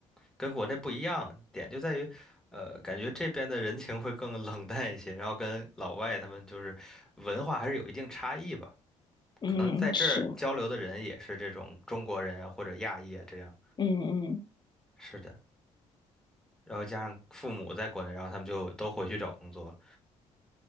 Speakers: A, in the centre; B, on the left.
A: 跟国内不一样。点就在于，呃，感觉这边的人情会更冷淡一些，然后跟老外他们就是文化还是有一定差异吧。
B: 嗯是，
A: 可能在这儿交流的人也是这种中国人啊，或者亚裔啊，这样。
B: 嗯嗯
A: 是的，然后加上父母在国内，然后他们就都回去找工作了。